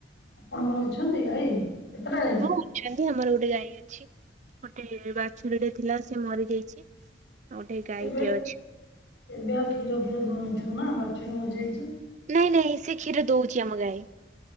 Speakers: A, on the left (about 80°); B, on the right (about 40°).
A: ଆପଣଙ୍କର ଅଛନ୍ତି ଗାଈ କେତେଟା ଗାଈ?
B: ହଁ ଅଛନ୍ତି ଆମର ଗୋଟେ ଗାଈ ଅଛି ଗୋଟେ ବାଛୁୁରୀଟେ ଥିଲା ସେ ମରି ଯାଇଛି। ଆଉ ଗୋଟିଏ ଗାଈଟିଏ
A: ଏବେ
B: ଅଛି।
A: ଏବେ ଆଉ କ୍ଷୀର ଫିର ଦଉନଥିବ ନା ବାଛୁରୀ ମରି ଯାଇଛି?
B: ନାଇଁ ନାଇଁ ସିଏ କ୍ଷୀର ଦଉଛି ଆମ ଗାଈ।